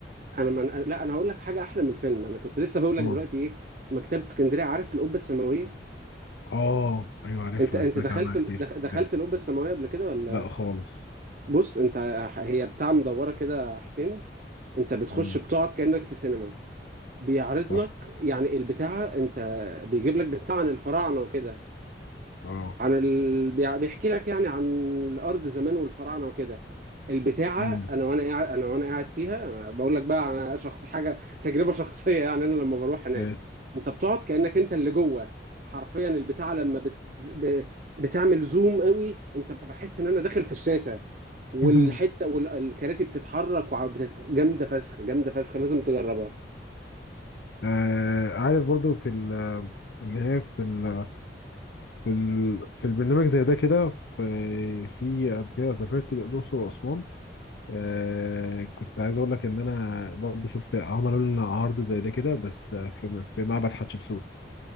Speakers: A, on the right; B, on the left.
A: أنا من... لا أنا هقول لك حاجة أحلى من الفيلم أنا كنت لسه بقول لك
B: اه
A: دلوقتي إيه مكتبة اسكندرية عارف القبة السماوية
B: اه ايوه عارفها
A: أنت أنت
B: سمعت
A: دخلت
B: عنها كتير
A: دخ-
B: بس
A: دخلت
B: مش عارف.
A: القبة السماوية قبل كده ولا
B: لا خالص
A: بص أنت هي بتاع مدورة كده يا حسين أنت بتخش
B: مم.
A: بتقعد كأنك في سينما بيعرض
B: تحفه
A: لك يعني البتاعة انت بيجيب لك بتاع عن الفراعنة وكده
B: اه
A: عن ال... بيع- بيحكي لك يعني عن الأرض زمان والفراعنة وكده البتاعة
B: مم.
A: أنا وأنا قاعد أنا وأنا قاعد فيها أنا بقول لك بقى أنا شخص حاجة تجربة <laughs> شخصية يعني أنا لما بروح هناك
B: إيه.
A: أنت بتقعد كأنك أنت اللي جوه حرفيا البتاعة لما بت... ب... بتعمل زوم قوي أنت بحس إن أنا داخل في الشاشة والحتة
B: <laughs>
A: والكراسي بتتحرك وع- بتت- جامدة فشخ جامدة فشخ لازم تجربها
B: آه عارف برضو في ال- اللي هي في ال في ال في البرنامج زي ده كده في في قبل كده سافرت الأقصر وأسوان آه كنت عايز أقول لك إن أنا برضو شفت عملوا لنا عرض زي ده كده بس في في معبد حتشبسوت